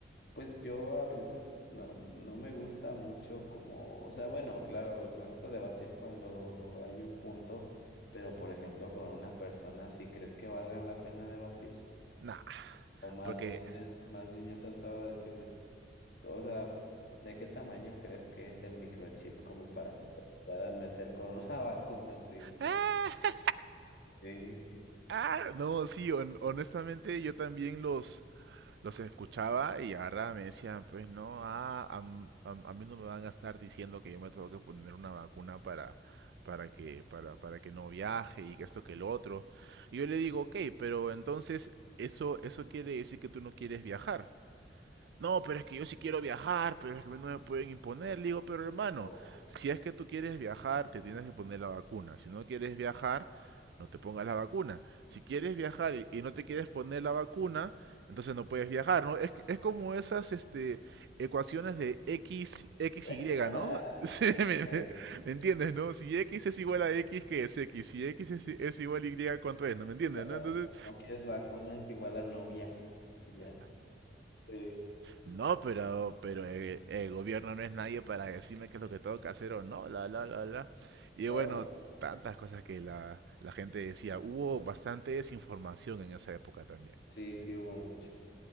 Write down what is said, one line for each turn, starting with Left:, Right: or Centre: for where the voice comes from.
Left: pues yo a veces no, no me gusta mucho como, o sea, bueno, claro, me gusta debatir cuando hay un punto, pero por ejemplo con una persona, si crees que valga la pena debatir?
Right: Nah,
Left: O más
Right: porque
Left: bien, les- más bien yo trataba de decirles... O sea, ¿de qué tamaño crees que es el microchip como para que te lo puedan meter con una <laughs> vacuna así?
Right: Ah,
Left: Sí.
Right: ah, no, sí, hon- honestamente yo también los, los escuchaba y ahora me decían, pues no, ah, a, m- a m- a mí no me van a estar diciendo que yo me tengo que poner una vacuna para, para que, para, para que no viaje y que esto que lo otro. Y yo le digo, ok, pero entonces eso, eso quiere decir que tú no quieres viajar. No, pero es que yo sí quiero viajar, pero es que no me pueden imponer. Le digo, pero hermano,
Left: o-
Right: si es que tú quieres viajar, te tienes que poner la vacuna. Si no quieres viajar, no te pongas la vacuna. Si quieres viajar y, y no te quieres poner la vacuna, entonces no puedes viajar, ¿no? Es, que- es como esas este, ecuaciones de X, X,
Left: <laughs>
Right: Y, ¿no? <laughs> Sí, me,
Left: Sí,
Right: me- ¿me entiendes, no? Si X es igual a X, ¿qué es X? Si X es, es igual a Y, ¿cuánto es? ¿No me entiendes,
Left: o
Right: no?
Left: sea,
Right: Entonces,
Left: si no quieres vacunas, igual a no viajas y ya. Sí.
Right: No, pero, pero el, el gobierno no es nadie para decirme qué es lo que tengo que hacer o no, la, la, la, la. Y
Left: Oye,
Right: bueno, tantas cosas que la, la gente decía. Hubo bastante desinformación en esa época también.
Left: sí, sí hubo mucho.